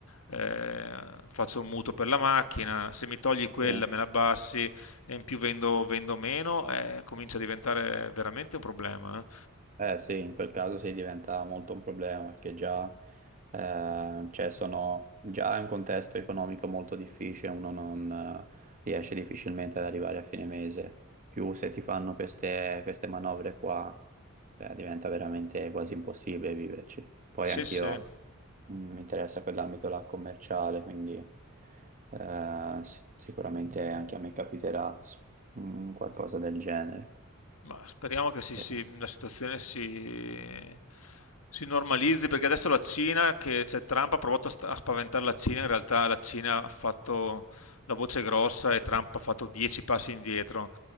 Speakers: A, on the left; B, on the right.
A: eh, faccio un mutuo per la macchina, se mi togli quella
B: Sì.
A: me la abbassi e in più vendo, vendo meno, eh, comincia a diventare veramente un problema. eh.
B: Eh sì, in quel caso sì, diventa molto un problema perché già, eh, cioè sono, già è un contesto economico molto difficile, uno non eh, riesce difficilmente ad arrivare a fine mese. Più se ti fanno queste, queste manovre qua, eh, diventa veramente quasi impossibile viverci. Poi
A: Sì,
B: anch'io
A: sì.
B: mh, mi interessa quell'ambito là commerciale, quindi eh, sì, sicuramente anche a me capiterà s- mh, qualcosa del genere.
A: Ma speriamo che si-
B: Eh,
A: si- la situazione si, si normalizzi, perché adesso la Cina, che cioè, Trump ha provato a sta- a spaventare la Cina, in realtà la Cina ha fatto la voce grossa e Trump ha fatto dieci passi indietro,